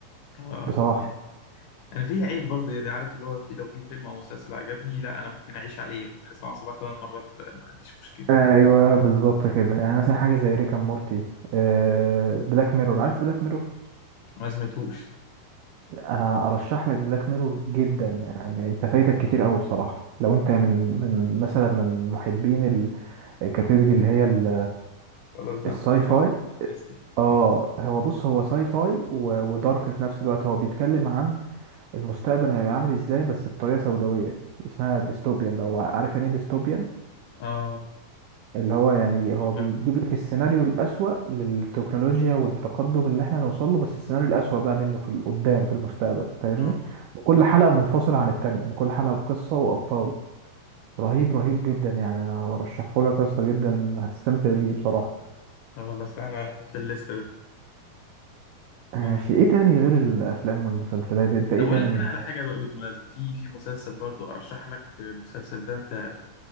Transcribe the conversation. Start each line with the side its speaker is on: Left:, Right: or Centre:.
Left: اه
Right: بصراحه
Left: دي حقيقة. انا في عيب برضه يعني عارف اللي هو في لو في فيلم او مسلسل عجبني لا انا ممكن اعيش عليه ممكن اسمعه سبع ثمان مرات آه، ما عنديش مشكله
Right: ايوه بالظبط كده يعني مثلا حاجه زي ريكا مورتي آه بلاك ميرور عارف بلاك ميرور
Left: ما سمعتوش
Right: انا ارشح لك بلاك ميرور جدا يعني انت فايتك كتير قوي بصراحه لو انت من من مثلا من محبين الكاتيجوري اللي هي ال-
Left: خلاص ده
Right: الساي
Left: ده نحطه
Right: فاي
Left: في الليست
Right: اه هو بص هو ساي فاي و- ودارك في نفس الوقت هو بيتكلم عن المستقبل هيبقى عامل ازاي بس بطريقه سوداويه اسمها ديستوبيان لو عارف يعني ايه ديستوبيان
Left: اه
Right: اللي هو يعني هو
Left: ما فاهم
Right: بيجيب لك السيناريو الأسوأ للتكنولوجيا والتقدم اللي احنا نوصل له بس السيناريو الأسوأ بقى منه في قدام في المستقبل فاهمني
Left: اه
Right: وكل حلقه منفصله عن التانية يعني كل حلقه بقصه وابطال رهيب رهيب جدا يعني انا برشحه لك يا اسطى جدا هتستمتع بيه بصراحه
Left: اه والله أصل احنا في الليسته دي
Right: ماشي
Left: ما...
Right: ايه تاني غير الافلام والمسلسلات انت ايه
Left: طب اقول
Right: تاني
Left: لك
Right: من
Left: انا على حاجه بقى بالمناسبه في في مسلسل برضو ارشح لك المسلسل ده انت